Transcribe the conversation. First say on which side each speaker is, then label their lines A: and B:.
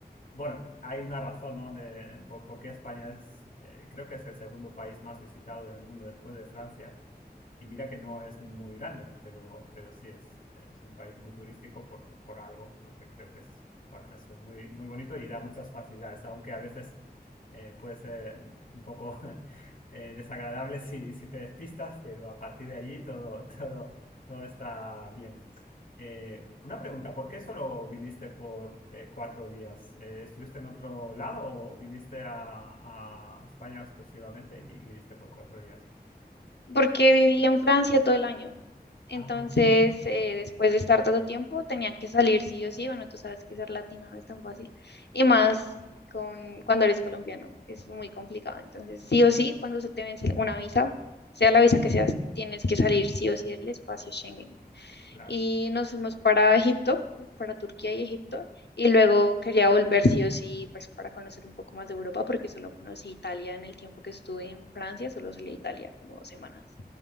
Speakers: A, on the left; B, on the left.
A: bueno, hay una razón, ¿no? De, por, por qué España es, eh, creo que es el segundo país más visitado del mundo después de Francia. Y mira que no es muy grande, pero, pero sí es, es un país muy turístico por, por algo, porque creo que es, bueno, eso es muy, muy bonito y da muchas facilidades, aunque a veces eh, puede ser un poco <laughs> eh, desagradable si, si te despistas, pero a partir de allí todo, <laughs> todo, todo está bien. Eh, una pregunta, ¿por qué solo viniste por eh, cuatro días? Eh, ¿estuviste en otro lado o viniste a, a España exclusivamente y viniste por cuatro días?
B: porque viví en Francia todo el año. Entonces,
A: Ah.
B: eh, después de estar tanto tiempo, tenían que salir sí o sí. Bueno, tú sabes que ser latino no es tan fácil. Y más con, cuando eres colombiano, es muy complicado. Entonces,
A: Claro.
B: sí o sí, cuando se te vence una visa, sea la visa que seas, tienes que salir sí o sí del espacio Schengen
A: claro
B: y nos fuimos para Egipto, para Turquía y Egipto, y luego quería volver sí o sí, pues para conocer un poco más de Europa, porque solo conocí Italia en el tiempo que estuve en Francia, solo salí a Italia como dos semanas.